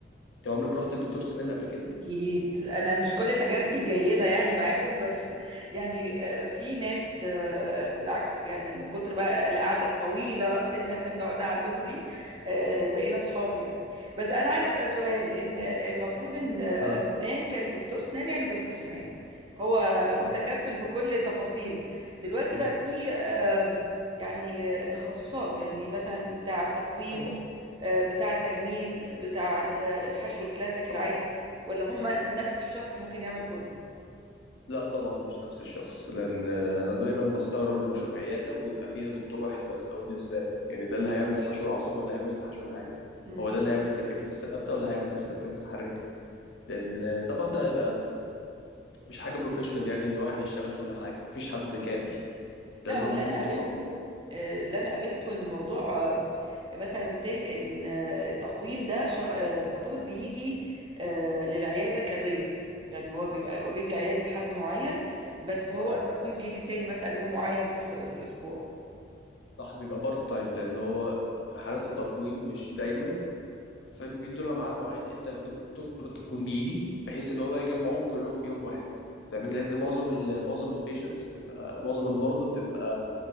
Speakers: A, on the left; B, on the right.
A: أنت عمرك رحت لدكتور سنان قبل كده؟
B: أكيد أنا مش كل تجاربي جيدة يعني معاكم بس <laughs> يعني آه، في ناس آه، بالعكس يعني من كتر بقى القعدة الطويلة اللي احنا بنقعدها عندكم دي آه، بقينا أصحاب يعني بس أنا عايزة أسأل سؤال إن المفروض إن آه،
A: اه
B: زمان كان دكتور سنان يعني دكتور سنان هو
A: صح
B: متكفل بكل تفاصيل دلوقتي
A: مم.
B: بقى في آه، يعني آه، تخصصات يعني مثلا بتاع التقويم
A: طبعا
B: آه، بتاع التجميل بتاع الحشو الكلاسيك
A: طبعا
B: العادي ولا هم نفس الشخص ممكن يعمل كله
A: لا طبعا مش نفس الشخص لأن آه، أنا دايما بستغرب لما أشوف عيادة ويبقى فيها دكتور واحد بس أقول إزاي؟ يعني ده اللي هيعمل الحشو العصب ولا هيعمل الحشو العادي؟
B: امم
A: هو ده اللي هيعمل التركيبات الثابتة ولا هيعمل التركيبات المتحركة؟ لأن آه، طبعا ده هيبقى مش حاجة بروفيشنال يعني إن واحد يشتغل كل حاجة مفيش حد كامل ده
B: لا
A: لازم
B: واللي
A: يكون
B: انا
A: متخصص
B: قابلته آه، اللي انا قابلته ان موضوع آه، مثلا سي ان آه، التقويم ده شغ- آه، دكتور بيجي آه، للعياده كضيف يعني هو بيبقى اوريدي عياده حد معين بس هو
A: صح
B: التقويم بيجي سي مثلا يوم معين في الح- في الاسبوع
A: صح بيبقى بارت تايم لان هو حالة التقويم مش دايما فبيدوا لها ميعاد معين امتى دكتور التقويم بيجي بحيث ان هو يجمعهم كلهم في يوم واحد فاهمين لان معظم ال معظم البيشنتس بتبقى معظم المرضى بتبقى